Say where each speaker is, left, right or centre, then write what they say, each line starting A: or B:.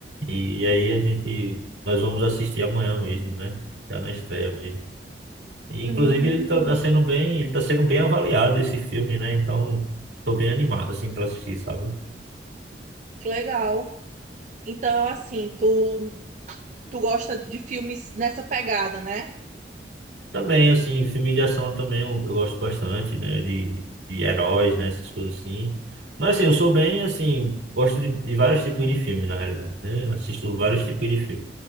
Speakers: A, on the right; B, on the right.
A: E, aí a gente, nós vamos assistir amanhã mesmo, né? Já na estreia mesmo. E, inclusive,
B: Hum,
A: ele tá, tá sendo bem, ele tá sendo bem avaliado, esse filme, né? Então, tô bem animado, assim, pra assistir, sabe?
B: que legal. Então, assim, tu, tu gosta de filmes nessa pegada, né?
A: Também, assim, filme de ação também eu, eu gosto bastante, né? De, de heróis, né? Essas coisas assim. Mas, assim, eu sou bem, assim, gosto de, de vários tipos de filme, na realidade, né? Eu assisto vários tipos de filme.